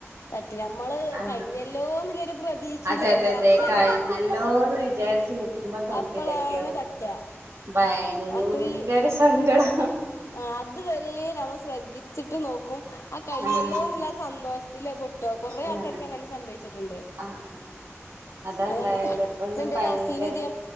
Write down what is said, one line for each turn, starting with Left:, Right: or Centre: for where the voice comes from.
Left: തട്ടി നമ്മള്
Right: ആഹ്
Left: കഴിഞ്ഞല്ലോന്നില്ലരു പ്രതീക്ഷയിലേക്കറ
Right: അതെ അതെ അതെ
Left: അപ്പളേക്കറാ
Right: കഴിഞ്ഞല്ലോന്ന് വിചാരിച്ച് നിക്കുമ്പോ കമ്പി
Left: അപ്പളാണ്
Right: തട്ടിയോ
Left: തട്ട
Right: ഭയങ്കര
Left: അത്രയും
Right: സങ്കടം
Left: ആഹ് അത് വരെ നമ്മള് ശ്രദ്ധിച്ച്ട്ട് നോക്കും അത് കയ്ഞ്ഞല്ലോന്ന്ല്ലാ
Right: ഉം
Left: സന്തോഷ് ത്ത്ലെ പൊട്ടോ കാെറെ
Right: ആഹ്
Left: ആൾക്കാര്ക്കങ്ങനെ സംഭവിച്ച് ട്ട്ണ്ട്
Right: ആഹ് അതാ
Left: അതാണ്
Right: ഇണ്ടായത് അപ്പൊ പിന്നെ
Left: പ്പന്റെ
Right: ഭയങ്കര
Left: കസിന് ഇതേ